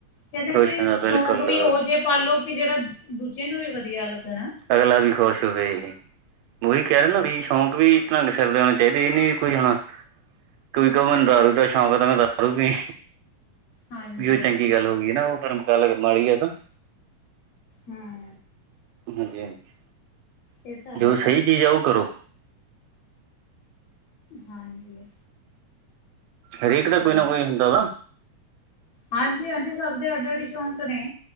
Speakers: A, on the left; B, on the right.
A: ਕਹਿੰਦਾ
B: ਖੁਸ਼
A: ਕਿ
B: ਹੁੰਦਾ
A: ਸ਼ੌਂਕ
B: ਬਿਲਕੁਲ
A: ਵੀ ਉਹੋ ਜਿਹੇ ਪਾਲੋ ਕਿ, ਜਿਹੜਾ ਦੂਜੇ ਨੂੰ ਵੀ ਵਧੀਆ ਲੱਗਣ
B: ਅਗਲਾ ਵੀ ਖੁਸ਼ ਹੋਵੇ ਜੀ ਉਹੀ ਕਹਿ ਰਹੇ ਵੀ ਸ਼ੌਂਕ ਵੀ ਢੰਗ ਸਿਰ ਦੇ ਹੋਣੇ ਚਾਹੀਦੇ ਇਹਨੀ ਵੀ ਕੋਈ ਹੁਣ ਕੋਈ ਕਵੇ ਮੈਨੂੰ ਦਾਰੂ ਦਾ ਸ਼ੌਕ ਆ ਤੇ ਮੈਂ ਦਾਰੂ ਵੀ,
A: ਹਾਂਜੀ
B: ਵੀ ਉਹ
A: ਹਾਂਜੀ।
B: ਚੰਗੀ ਗੱਲ ਹੋ ਗਈ ਨਾ ਉਹਰਮ ਗੱਲ ਮਾੜੀ ਏ ਤਾਂ
A: ਹਮ
B: ਹਾਂਜੀ - ਹਾਂਜੀ।
A: ਇਹ ਤਾਂ
B: ਜੋ
A: ਹੈ
B: ਸਹੀ
A: ਜੀ
B: ਚੀਜ਼ ਆ, ਉਹ ਕਰੋ।
A: ਹਾਂਜੀ।
B: ਹਰੇਕ
A: ਸਹੀ
B: ਦਾ ਕੋਈ ਨਾ
A: ਗੱਲ
B: ਕੋਈ
A: ਆ।
B: ਹੁੰਦਾ ਵਾ।
A: ਹਾਂਜੀ, ਹਾਂਜੀ ਸਭ ਦੇ ਸਾਡੇ ਅੱਡ - ਅੱਡ ਸ਼ੌਕ ਨੇ।